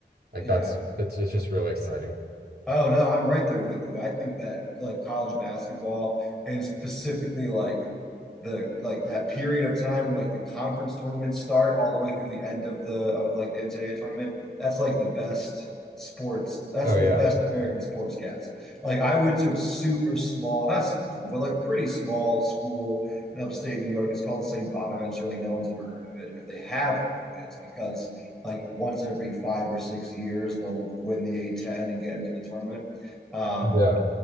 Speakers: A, on the right; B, in the centre.
A: like
B: Yeah.
A: that's it's it's just really exciting.
B: Oh no, I'm right there with you. I think that like college basketball and specifically like the like that period of time where like the conference tournaments start all the way through the end of the of like the NCAA tournament, that's like the best sports. That's
A: Oh
B: the
A: yeah.
B: best American sports gets. Like I went to a super small, not super small, but like pretty small school in upstate New York. It's called St. Bonaventure. Like no one's ever heard of it. And if they have heard of it, it's because like once every five or six years they'll win the A10 and get into the tournament. Um,
A: Yeah.